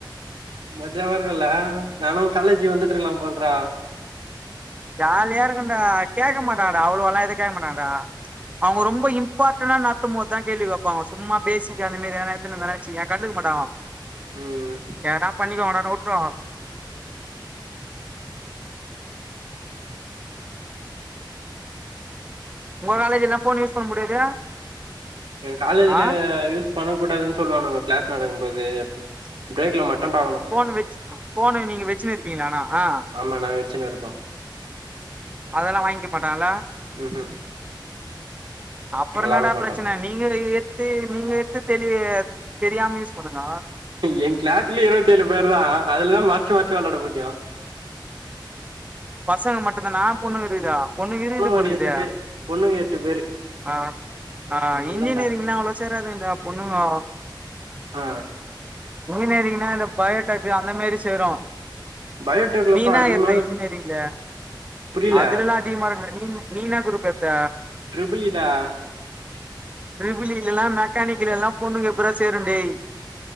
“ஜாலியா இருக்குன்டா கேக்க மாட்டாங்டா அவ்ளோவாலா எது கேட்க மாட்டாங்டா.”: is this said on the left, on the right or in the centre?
Right